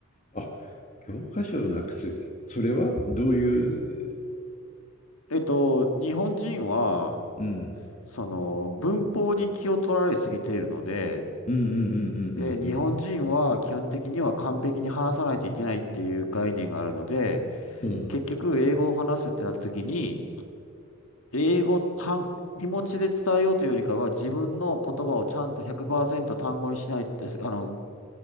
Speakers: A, on the left; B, on the left.
A: あ教科書をなくすそれはどういう、
B: えっと、日本人は、
A: うん、
B: その、文法に気を取られすぎているので、
A: うんうんうん
B: で、日本人は基本的には完璧に話さないといけないっていう概念があるので、
A: うんうんうん
B: 結局、英語を話すってなった時に、英語、単気持ちで伝えようというよりかは、自分の言葉をちゃんと100%単語にしない、あの、